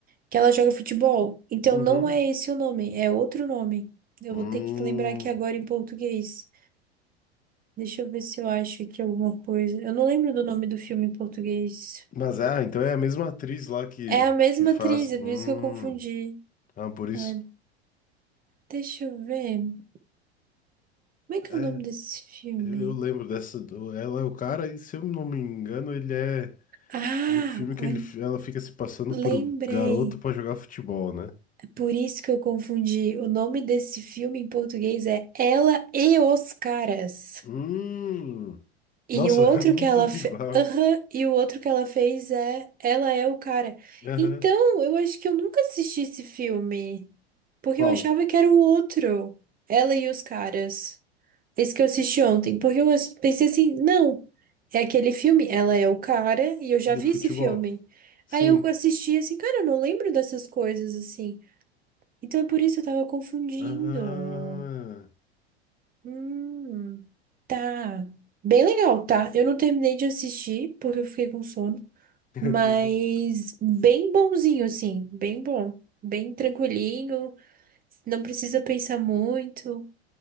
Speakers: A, on the right (about 25°); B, on the left (about 25°).
A: que ela joga futebol. Então
B: Uhum.
A: não é esse o nome, é outro nome. Eu
B: Hum.
A: vou ter que lembrar aqui agora em português. Deixa eu ver se eu acho aqui alguma coisa. Eu não lembro do nome do filme em português.
B: Mas é, ah, então é a mesma atriz lá que,
A: É a mesma
B: que faz.
A: atriz, é
B: Hum.
A: por isso que eu confundi.
B: Ah, por isso.
A: Ah, deixa eu ver. Como é que
B: É,
A: é o nome desse filme?
B: eu lembro dessa. do- Ela é o cara, e se eu não me engano, ele é
A: Ah,
B: um filme que
A: olha,
B: ele, ela fica se passando
A: lembrei.
B: por garoto pra jogar futebol, né?
A: É Por isso que eu confundi. O nome desse filme em português é Ela e os Caras.
B: Hum.
A: E
B: Nossa,
A: o outro
B: <laughs> é muito
A: que ela fez.
B: igual.
A: e o outro que ela fez é Ela é o Cara.
B: Aham.
A: Então, eu acho que eu nunca assisti esse filme. Porque
B: Qual?
A: eu achava que era o outro. Ela e os Caras. Esse que eu assisti ontem, porque eu ass- pensei assim, não, é aquele filme, ela é o cara, e eu já
B: Do
A: vi
B: futebol.
A: esse filme.
B: Sim.
A: Aí eu assisti assim, cara, eu não lembro dessas coisas assim. Então é por isso que eu tava confundindo.
B: Ah,
A: Hum, tá. Bem legal, tá? Eu não terminei de assistir, porque eu fiquei com sono,
B: <laughs>
A: mas bem bonzinho, assim, bem bom, bem tranquilinho, não precisa pensar muito.